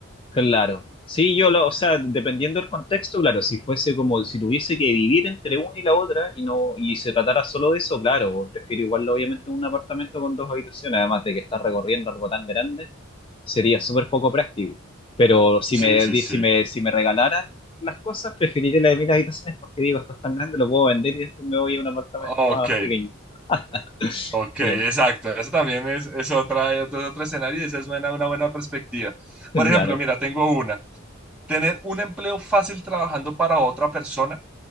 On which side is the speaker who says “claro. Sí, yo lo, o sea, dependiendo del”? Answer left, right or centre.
Left